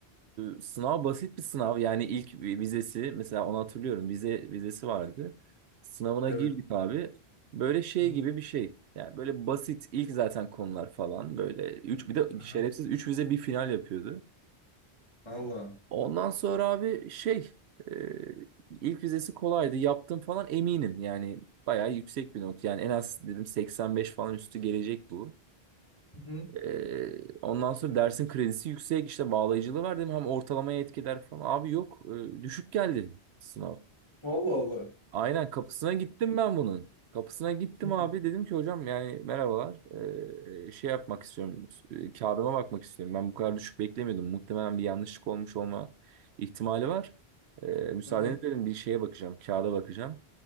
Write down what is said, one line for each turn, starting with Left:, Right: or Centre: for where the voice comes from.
Right: Ee, sınav basit bir sınav. Yani ilk vizesi mesela onu hatırlıyorum. Vize vizesi vardı. Sınavına
Left: Evet.
Right: girdik abi. Böyle şey
Left: Hı.
Right: gibi bir şey. Yani böyle basit ilk zaten konular falan. Böyle üç bir de
Left: Aha.
Right: şerefsiz 3 vize bir final yapıyordu.
Left: Allah.
Right: Ondan sonra abi şey e, ilk vizesi kolaydı. Yaptım falan eminim. Yani bayağı yüksek bir not. Yani en az dedim 85 falan üstü gelecek bu.
Left: Hı hı.
Right: Ee, ondan sonra dersin kredisi yüksek işte bağlayıcılığı var değil mi? Hem ortalamaya etkiler falan. Abi yok e, düşük geldi sınav.
Left: Allah Allah.
Right: Aynen kapısına gittim ben bunun. Kapısına gittim
Left: Hı
Right: abi
Left: hı.
Right: dedim ki hocam yani merhabalar Ee, şey yapmak istiyorum e, kağıdıma bakmak istiyorum. Ben bu kadar düşük beklemiyordum. Muhtemelen bir yanlışlık olmuş olma ihtimali var. Ee, müsaadeniz
Left: Hı hı.
Right: dedim bir şeye bakacağım kağıda bakacağım.